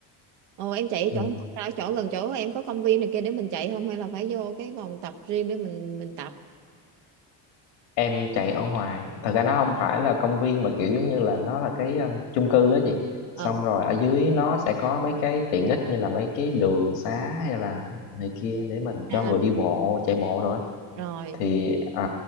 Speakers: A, on the right (about 85°); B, on the left (about 80°).
A: ồ em chạy ở
B: ừ.
A: chỗ nào? ra ở chỗ gần chỗ em có công viên này kia để mình chạy không hay là phải vô cái vòng tập gym để mình mình tập
B: em chạy ở ngoài thật ra nó không phải là công viên mà kiểu giống như là nó là cái um, chung cư á chị xong
A: ừ
B: rồi ở dưới nó sẽ có mấy cái tiện ích như là mấy cái đường xá hay là này kia để mình
A: à,
B: cho người đi bộ chạy bộ nữa
A: rồi
B: thì à,